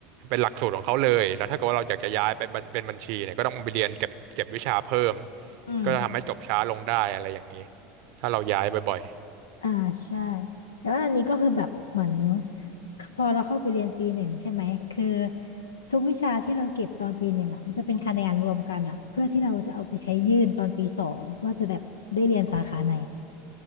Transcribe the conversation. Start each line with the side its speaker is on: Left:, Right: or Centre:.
Right: เป็นหลักสูตรของเขาเลยแล้วถ้าเกิดว่าเราอยากจะย้ายไปบัญเป็นบัญชีเนี่ยก็ต้องไปเรียนเก็บเก็บวิชาเพิ่ม
Left: อืม
Right: ก็จะทำให้จบช้าลงได้อะไรอย่างนี้ถ้าเราย้ายบ่อยๆ
Left: อ่าใช่แต่ว่าอันนี้ก็คือแบบเหมือนพอเราเข้าไปเรียนปีหนึ่งใช่ไหมคือทุกวิชาที่เราเก็บตอนปีหนึ่งอ่ะมันจะเป็นคะแนนรวมกันอ่ะเพื่อที่เราจะเอาไปใช้ยื่นตอนปีสองว่าจะแบบได้เรียนสาขาไหน